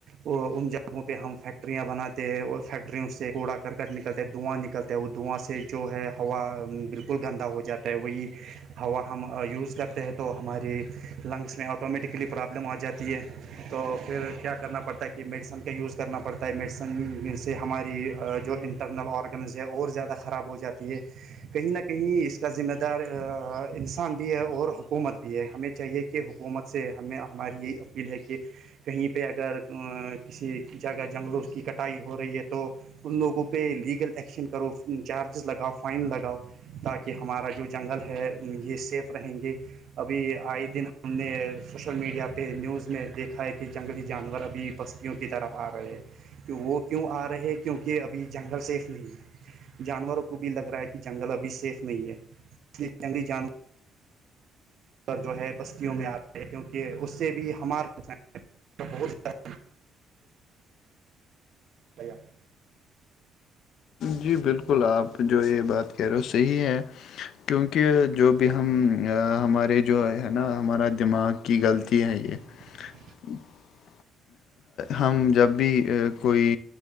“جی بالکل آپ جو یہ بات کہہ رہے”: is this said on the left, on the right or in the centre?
Left